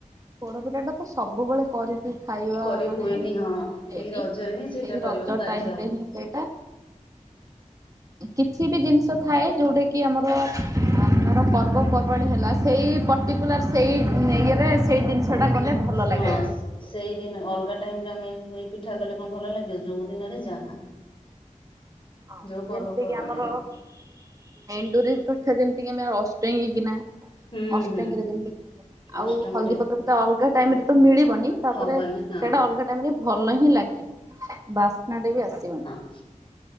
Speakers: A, on the right; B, on the left.
A: ପୋଡ ପିଠା ଟା ତ ସବୁବେଳେ କରିକି ଖାଇବା
B: କରି
A: ମାନେ
B: ହୁଏନି ହଁ
A: ହେଇନି
B: ଏଇ ରଜରେ ହିଁ ସେଇଟା
A: ସେଇ
B: କରିବାକୁ
A: ରଜ
B: ବାଧ୍ୟ।
A: ଟାଇମ ରେ ହିଁ ସେଇଟା କିଛି ଟି ଜିନିଷ ଥାଏ ଯୋଉଟା କି କି ଆମର ଆମର ଧର ପର୍ବପର୍ବାଣି ହେଲା ସେଇ ପର୍ଟିକୁଲାର ସେଇ ଇଏରେ ସେଇ ଜିନିଷଟା ଗଲେ ଭଲ
B: ହଁ
A: ଲାଗେ।
B: ସେଇଦିନ ଅଲଗା ଟାଇମ ରେ ଆମେ ଏ ପିଠା କଲେ କଣ ଭଲ ଲାଗିବ ଯୋଉ ଦିନରେ ଯାହା
A: ହଁ
B: ଯୋଉ ପର୍ବପର୍ବାଣି
A: ଯେମିତି କିି ଆମର
B: ରେ
A: ଏଣ୍ଡୁରି ଠା ଯେମିତି କି ଆମେ ଅଷ୍ଟଙ୍ଗୀ କିନା
B: ହୁଁ
A: ଅଷ୍ଟଙ୍ଗୀରେ
B: ହୁଁ
A: ଯେମତି କି
B: ଅଷ୍ଟମୀରେ
A: ଆଉ ହଳଦୀ ପତ୍ର ବି ତ ଅଲଗା ଟାଇମ ରେ ତ ମିଳିବନି ତାପରେ
B: ହବନି
A: ସେଇଟା
B: ହଁ।
A: ଅଲଗା ଟାଇମ ରେ ଭଲ ହିଁ ଲାଗିବନି ବାସ୍ନାଟେ ବି ଆସିବନି
B: ହ